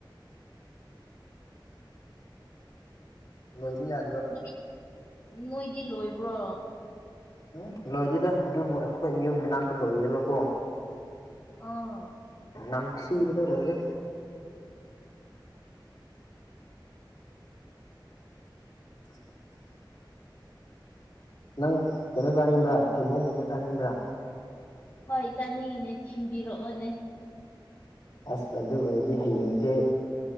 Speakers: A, on the left; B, on the left.
A: ꯂꯣꯏꯕ ꯌꯥ
B: ꯅꯣꯏ ꯅꯣꯏꯗꯤ ꯂꯣꯏꯕ꯭ꯔꯣ
A: ꯎꯝ ꯂꯣꯏꯗꯦꯗ ꯑꯗꯨꯕꯨ ꯑꯩꯈꯣꯏ ꯌꯨꯝ ꯃꯅꯥꯛꯇ ꯂꯣꯏꯌꯦꯕꯀꯣ
B: ꯑꯥ
A: ꯅꯝꯊꯤꯕꯗ ꯂꯣꯏꯔꯦ <inaudible> ꯅꯪ ꯀꯩꯅꯣ ꯆꯥꯅꯤꯡꯕ꯭ꯔꯥ ꯊꯩꯕꯣꯡꯒꯨꯝꯕ ꯆꯥꯅꯤꯡꯕ꯭ꯔꯥ
B: ꯍꯣꯏ ꯆꯥꯅꯤꯡꯉꯤꯅꯦ ꯊꯤꯟꯕꯤꯔꯛꯑꯣꯅꯦ
A: ꯑꯁ ꯑꯗꯨ ꯑꯣꯏꯔꯗꯤ ꯍꯌꯦꯡꯖꯦ